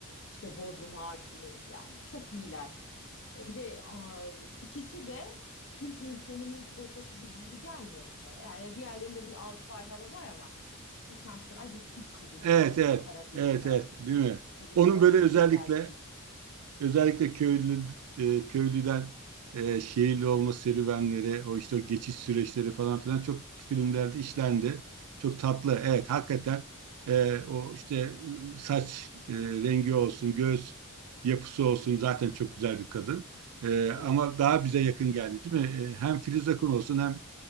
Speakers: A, on the left; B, on the right.
A: işte Bodrum Hakimi yani çok iyiler. E, bir de aa, ikisi de Türk insanının prototipi gibi gelmiyor mu sana? Yani diğerlerinde bir Avrupa hava var ama Türkan Şoray bir Türk kadını
B: Evet
A: yani
B: evet.
A: o kara gözler,
B: Evet evet değil mi?
A: Kadir
B: Onun
A: İnanır,
B: böyle
A: Türk
B: özellikle
A: erkeği.
B: Özellikle köylü e, köylüden e, şehirli olma serüvenleri, o işte o geçiş süreçleri falan filan çok filmlerde işlendi. Çok tatlı. Evet, hakikaten e, o işte e, saç e, rengi olsun, göz yapısı olsun zaten çok güzel bir kadın. E,
A: Evet.
B: ama daha bize yakın geldi, değil mi? E, hem Filiz Akın olsun hem